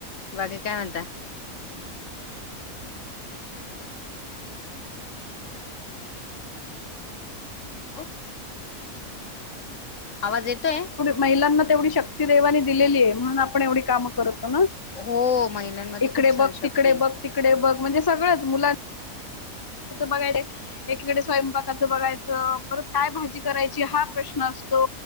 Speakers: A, on the left (about 60°); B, on the left (about 25°).
A: बाकीे काय म्हणता हो, आवाज येतोय
B: महिलांना तेवढी शक्ती देवानी दिलेली आहे म्हणून आपण एवढी काम करतो ना
A: हो महिलांमध्ये
B: इकडे
A: खूप सण
B: बघ
A: शकते
B: तिकडे बघ तिकडे बघ म्हणजे सगळंच मुलां ं बघायला एकीकडे स्वयंपाकाचं बघायचं परत काय भाजी करायची हा प्रश्न असतो